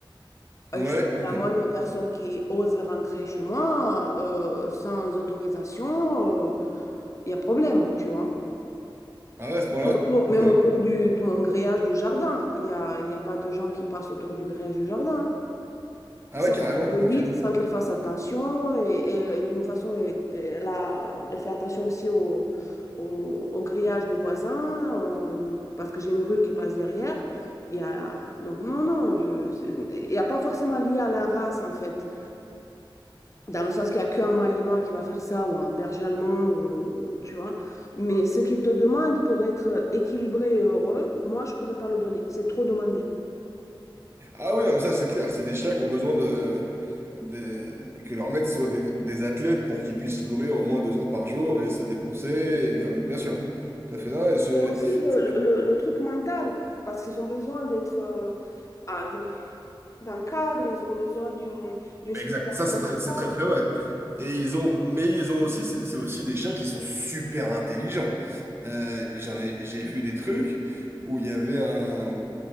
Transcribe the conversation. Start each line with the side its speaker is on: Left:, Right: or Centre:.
Right: Ouais,
Left: Et si
Right: ok.
Left: la moindre personne qui ose rentrer chez moi euh, sans autorisation, il y a problème, tu vois.
Right: Ah ouais, à ce point-là?
Left: Même autour,
Right: Ok.
Left: même autour du, de mon grillage du jardin, il n'y a, il y a pas de gens qui passent autour du grillage du jardin, hein,
Right: Ah
Left: sans
Right: ouais, carrément,
Left: qu'elle le
Right: ok.
Left: dise, sans qu'elle fasse attention. Et, et d'une façon, elle, elle a- elle fait attention aussi au, au, au grillage des voisins, euh, donc, parce que j'ai une rue qui passe derrière. Il Y a, donc non, non, je- c'est- il n'y a pas forcément lié à la race, en fait. Dans le sens qu'il n'y a qu'un Malinois qui va faire ça, ou un berger allemand, ou, tu vois. Mais ce qu'ils te demandent pour être équilibré et heureux, moi, je ne pourrais pas le donner. C'est trop demandé.
Right: Ah oui, non, mais ça, c'est clair. C'est des chiens qui ont besoin de, de- que leurs maîtres soient des, des athlètes pour qu'ils puissent courir au moins deux heures par jour et se dépenser. et- enfin, bien sûr. Tout à fait. Non, et c'est-
Left: Et aussi le,
Right: c'est-
Left: le- le truc mental, parce qu'ils ont besoin d'être euh, ah, de- d'un cadre, ils ont besoin d'une d'une stimulation
Right: exact. Ça, c'est très,
Left: mentale.
Right: c'est très, très vrai. Et ils ont, mais ils ont aussi, c'est c'est aussi des chiens qui sont super intelligents. Euh, j'en ai, j'ai vu des trucs où il y avait un,